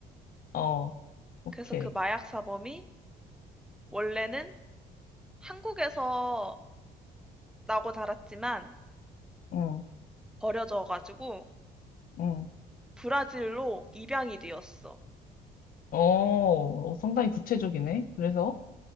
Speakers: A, on the left; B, in the centre.
A: 어, 오케이.
B: 그래서 그 마약 사범이 원래는 한국에서 나고 자랐지만
A: 응,
B: 버려져가지고
A: 응.
B: 브라질로 입양이 되었어.
A: 어, 어, 상당히 구체적이네. 그래서,